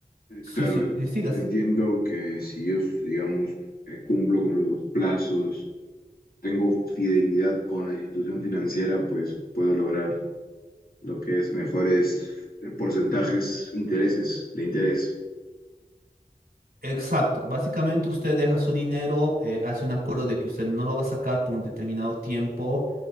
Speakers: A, on the left; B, on the right.
A: eh,
B: Sí,
A: claro,
B: sí,
A: en-
B: eh, sigas.
A: entiendo que si yo, digamos, eh, cumplo con los plazos tengo fidelidad con la institución financiera, pues puedo lograr lo que es mejores eh, porcentajes, intereses, de interés.
B: Exacto, básicamente usted deja su dinero, eh, hace un acuerdo de que usted no lo va a sacar por un determinado tiempo